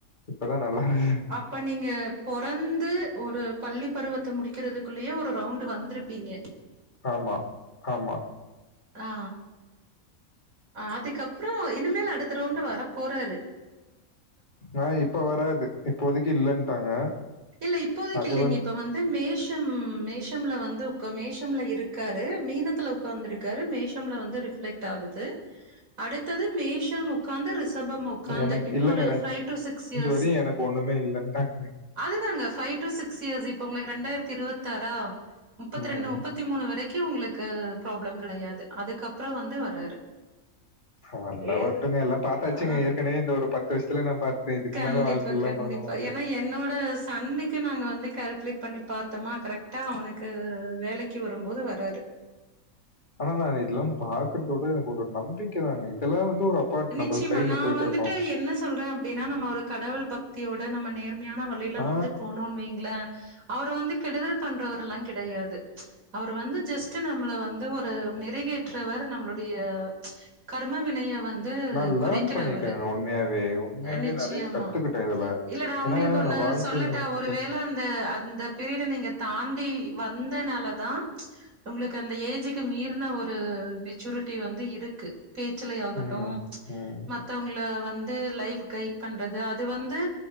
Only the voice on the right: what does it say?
இப்ப நீங்க பொறந்து ஒரு பள்ளி பருவத்த முடிக்கறதுக்குள்ளயே ஒரு ரவுண்ட் வந்துருப்பிங்க
ஆ ஆ அதுக்கப்றம் இனிமேல் அடுத்த ரவுண்ட் வர போறாரு
இல்ல இப்போதைக்கு
இல்லைங்க.
இப்ப மேஷம் மேஷம்ல வந்து உ மேஷம்ல இருக்காரு மீனத்துல உக்காந்துருக்கு மேஷம்ல வந்து ரிஃப்ளெக்ட் ஆகுது அடுத்தது மேஷம் உ உக்காந்து ரிசபம் உக்காந்து
இன்னொரு
ஃபைவ் டு சிக்ஸ் இயர்ஸ்
அதுதாங்க பைவ் டு சிக்ஸ் இயர்ஸ் இப்ப உங்களுக்கு ரெண்டாயிரத்தி இருபத்தி ஆறா முப்பத்தி
ரெண்டு முப்பத் தி மூணு வரைக்கும் உங்களுக்கு ப்ராப்ளம் கடையாது அதுக்கப்றம் வந்து வராரு
ஏ
ஆ
கண்டிப்பா
கண்டிப்பா
ஏன்னா என்னோட சன் அன்னிக்கு நாங்க வந்து கால்குலேட் பண்ணி பாத்தமா கரெட்டா அவனுக்கு வேலைக்கு வரும்போது வராரு
நிச்சயமா
நா
வந்துட்டு என்ன சொல்றேன் ஏனா நம்ம ஒரு கடவுள் பக்தியோட நம்ம நேர்மையான வழில
வந்து போனோன்னு வைங்களன் அவர் வந்து கெடுதல் பண்றவர்ல்லாம் கடையாது அவர் வந்து ஜஸ்ட்டு நம்மள வந்து ஒரு மெருகேற்றவர் நம்மளுடைய கர்ம வினைய வந்து இது
கொறைக்கிறவரு
நிச்சயமா
இல்ல நா
உங்களுக்கு ஒன்னு
சொல்லட்டா ஒரு
வேள அந்த அந்த பிரீயட்ட நீங்க தாண்டி வந்தனாலதா உங்களுக்கு அந்த ஏஜுக்கு மீறின ஒரு மெச்சூரிட்டி வந்து இருக்கு பேச்சுலயு
ஆட்டம்
மத்தவங்கள வந்து லைஃப் கைட் பண்றது அது வந்து